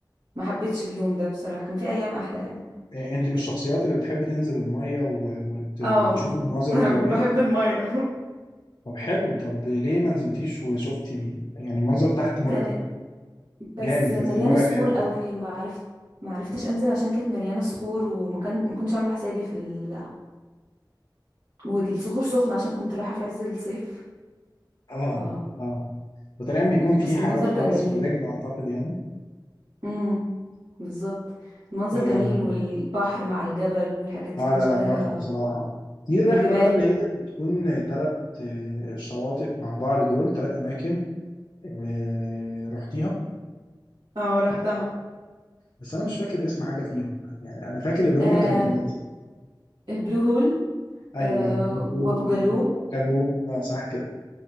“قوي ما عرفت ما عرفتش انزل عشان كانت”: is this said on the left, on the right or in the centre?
Right